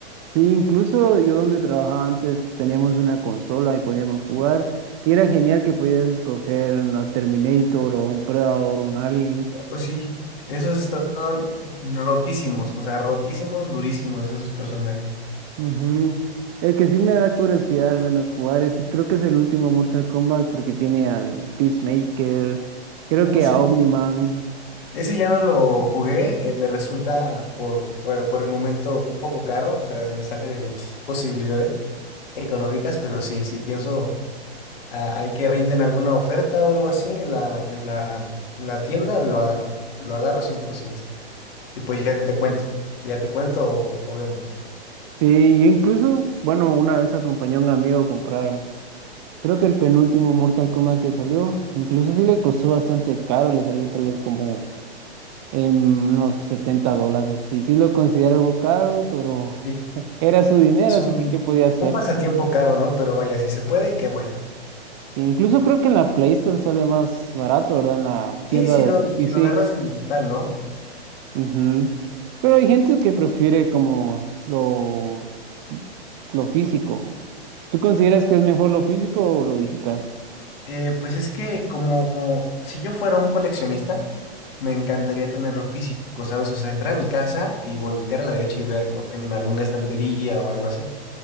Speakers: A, on the right; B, on the left.
A: Sí, incluso yo donde trabajaba antes teníamos una consola y podíamos jugar. Y era genial que podías escoger a Terminator o un Predator o un Alien.
B: Pues sí, esos estaban rotísimos, o sea, rotísimos, durísimos esos personajes.
A: Ujú. El que sí me da curiosidad al menos jugar es, creo que es el último Mortal Kombat porque tiene al Peacemaker, creo
B: Uh,
A: que
B: sí.
A: a Omniman.
B: Ese ya no lo jugué, eh, me resulta por, por, por el momento un poco caro, o sea, se me sale de mis posibilidades económicas, pero sí, sí pienso, ah, hay que avienten alguna oferta o algo así en la, en la, en la tienda, lo agarro, lo agarro 100%. Y pues ya te cuento, ya te cuento o, o vemos.
A: Sí, yo incluso, bueno, una vez acompañé a un amigo a comprar, creo que el penúltimo Mortal Kombat que salió, incluso sí le costó bastante caro, le salió tal vez como en unos 70 dólares. Sí, sí lo considero algo caro, pero
B: Sí,
A: eh, era su dinero,
B: es
A: así
B: un,
A: que ¿qué podía hacer?
B: un pasatiempo caro, ¿no? Pero vaya, si se puede, qué bueno.
A: E incluso creo que en la Play Store sale más barato, ¿verdad? En la tienda
B: Sí, si
A: de
B: lo,
A: PC.
B: si lo agarras en digital, ¿no?
A: Ujú. Pero hay gente que prefiere como lo, lo físico. ¿Tú consideras que es mejor lo físico o lo digital?
B: Eh, pues es que como si yo fuera un coleccionista, me encantaría tenerlo físico, ¿sabes? O sea, entrar a mi casa y voltear a la derecha y verlo en alguna estantería o algo así.